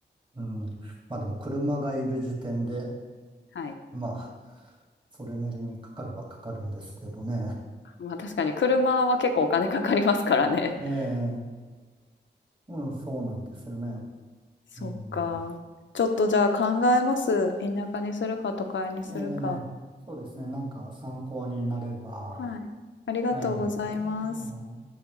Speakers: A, on the right (about 25°); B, on the left (about 85°).
A: うん。まあ、でも車がいる時点で、
B: はい。
A: まあ、それなりにかかるはかかるんですけどね。
B: まあ、確かに車は結構お金かかりますからね。
A: え
B: <laughs>
A: え、うん、そうなんですよね。
B: そっか。
A: うん。
B: ちょっとじゃあ考えます。田舎にするか都会にするか。
A: ええ、そうですね。なんか参考になれば、
B: はい。ありがとうございます。
A: ええ、ああ